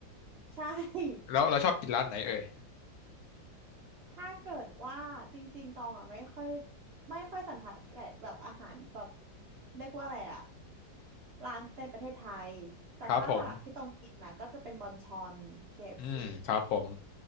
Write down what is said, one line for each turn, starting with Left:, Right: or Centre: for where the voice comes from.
Right: ใช่ <laughs>
Left: แล้วเราชอบกินร้านไหนเอ่ย
Right: ถ้าเกิดว่าจริงๆตองอ่ะไม่ค่อยไม่ค่อยสันทัดไก่แบบอาหารแบบเรียกว่าอะไรอ่ะร้านในประเทศไทยแต่ถ้าหลักๆที่ต้องกินนะก็จะเป็นบอนชอน
Left: ครับผม
Right: KFC
Left: อืมครับผม